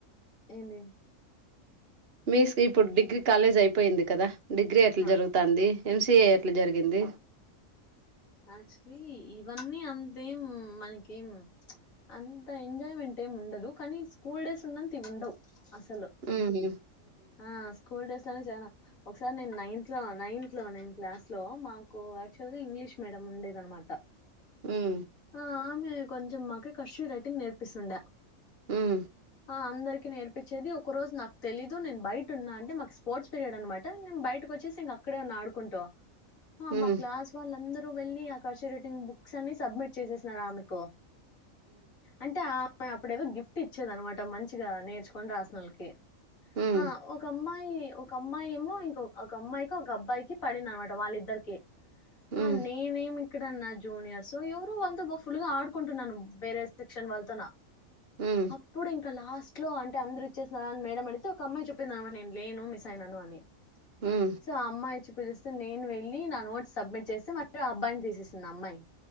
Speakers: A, on the left; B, on the right.
A: ఏంది
B: మీ <unintelligible> ఇప్పుడు డిగ్రీ కాలేజ్ అయిపోయింది కదా డిగ్రీ ఎట్లా
A: ఆ
B: జరుగుతాంది ఎంసీఏ ఇట్లా జరిగింది
A: యాక్చువలీ ఇవన్నీ అంతేం మనకేం అంత ఎంజాయ్మెంట్ ఏం ఉండదు కానీ స్కూల్ డేస్ ఉన్నంత ఇవి ఉండవు అసలు
B: ఊహూ
A: ఆ స్కూల్ డేస్ చానా చానా ఒకసారి నేను నైన్త్ లో నైన్త్ లో నేన్ క్లాస్ లో మాకు యాక్చువల్ గా ఇంగ్లీష్ మీడియం ఉండేది అన్నమాట
B: ఉమ్
A: ఆ హ్మ్ కొంచెం మాకు కర్సీవ్ రైటింగ్ నేర్పిస్తుండే
B: హ్మ్
A: ఆ అందరికీ నేర్పించేది ఒక రోజు నాకు తెలీదు దు నేను బయట ఉన్నా అంటే మాకు స్పోర్ట్స్ పీరియడ్ అన్నమాట నేను బయటకు వచ్చేసి ఇంక అక్కడే ఉన్న ఆడుకుంటు ఆ
B: ఉమ్
A: మా క్లాస్ వాళ్ళందరూ రూ వెళ్ళి ఆ కర్సివ్ రైటింగ్ బుక్స్ అన్ని సబ్మిట్ చేసేసినారు ఆమెకు అంటే ఆ అప్పుడేదో గిఫ్ట్ ఇచ్చేదనమాట మంచిగా నేర్చుకొని రాసినోళ్ళకి
B: ఉమ్
A: ఆ ఒక అమ్మాయ్ తే ఒక అమ్మాయి ఏమో ఇంకో ఒక అమ్మాయికి ఒక అబ్బాయికి పడింది అన్నమాట వాళ్ళిద్దరికి
B: ఉమ్
A: ఆ
B: ఉమ్
A: నేనేమి ఇక్కడ నా జూనియర్స్ ఎవరో వాళ్ళతో బాగా ఫుల్గా ఆడ్కుంటున్న వేరే సెక్షన్ వాల్తో నా
B: ఉమ్
A: అప్పుడు ఇంకా లాస్ట్ లో అంటే అందరు ఇచ్చేసినారా మేడం అడి ఒక అమ్మాయి చెప్పింద అనమాట నేను లేను మిస్ అయినను అని
B: ఉమ్
A: సో అమ్మాయ్ పిలుస్తే నేను వెళ్ళి నా నోట్స్ సబ్మిట్ చేసి మరి ఆ అబ్బాయిని తీసేసింది ఆ అమ్మాయి